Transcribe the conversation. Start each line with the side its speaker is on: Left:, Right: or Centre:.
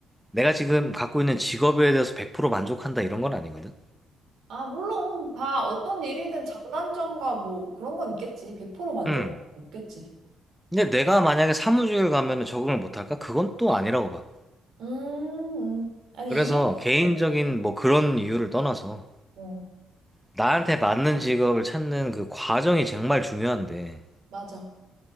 Centre: 내가 지금 갖고 있는 직업에 대해서 100% 만족한다 이런 건 아니거든.
Right: 아, 물론 다 어떤 일이든 장단점과 뭐 그런 건 있겠지. 100% 만족은
Centre: 음.
Right: 없겠지.
Centre: 근데 내가 만약에 사무직을 가면은 적응을 못할까? 그건 또 아니라고 봐.
Right: 음, 음. 아니,
Centre: 그래서
Right: 이해가
Centre: 개인적인
Right: 어
Centre: 뭐 그런 이유를 떠나서
Right: 어,
Centre: 나한테 맞는 직업을 찾는 그 과정이 정말 중요한데
Right: 맞아.